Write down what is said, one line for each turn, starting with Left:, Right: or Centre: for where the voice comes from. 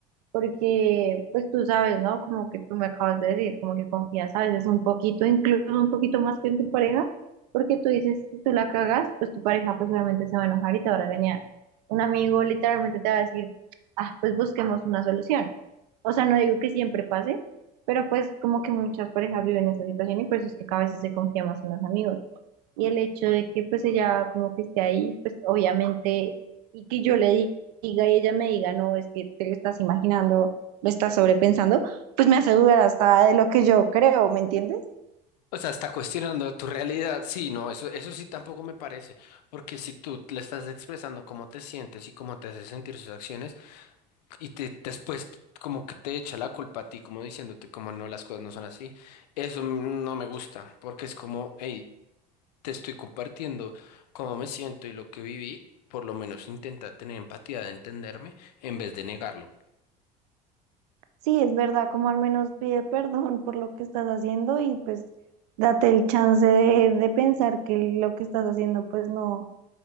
Right: porque pues tú sabes, ¿no? Como que tú me acabas de decir, como que confías a veces un poquito, incluso un poquito más que en tu pareja, porque tú dices, si tú la cagas, pues tu pareja pues obviamente se va a enojar y te va a regañar. Un amigo literalmente te va a decir, ah, pues busquemos una solución. O sea, no digo que siempre pase, pero pues como que muchas parejas viven esa situación y por eso es que cada vez se confía más en los amigos. Y el hecho de que pues ella como que esté ahí, pues obviamente, y que yo le di- diga y ella me diga, no, es que te lo estás imaginando, lo estás sobrepensando, pues me hace dudar hasta de lo que yo creo, ¿me entiendes?
Left: O sea, está cuestionando tu realidad. Sí, no, eso, eso sí tampoco me parece, porque si tú le estás expresando cómo te sientes y cómo te hace sentir sus acciones, y te, después como que te echa la culpa a ti, como diciéndote como no, las cosas no son así. Eso no me gusta, porque es como, hey, te estoy compartiendo cómo me siento y lo que viví, por lo menos intenta tener empatía de entenderme en vez de negarlo.
Right: Sí, es verdad, como al menos pide perdón por lo que estás haciendo y pues date el chance de, de pensar que lo que estás haciendo pues no,